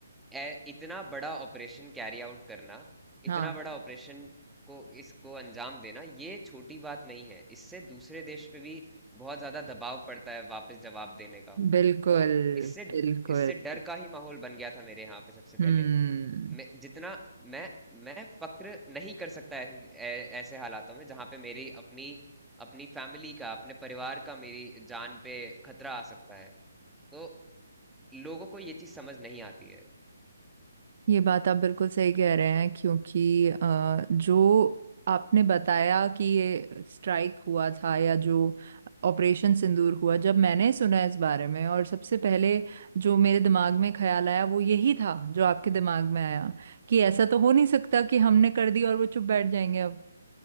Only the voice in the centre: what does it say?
ए, इतना बड़ा ऑपरेशन कैरी आउट करना
इतना बड़ा ऑपरेशन को इसको अंजाम देना ये छोटी बात नहीं है इससे दूसरे देश पे भी बहुत ज्यादा दबाव पड़ता है वापस जवाब देने का
तो इससे
इससे डर का ही माहौल बन गया था मेरे यहाँ पे सबसे पहले
मैं जितना मैं मैं फक्र नहीं कर सकता ऐसे ऐ- ऐसे हालातों में जहाँ पे मेरी अपनी अपनी फैमिली का अपने परिवार का मेरी जान पे खतरा आ सकता है तो लोगों को ये चीज समझ नहीं आती है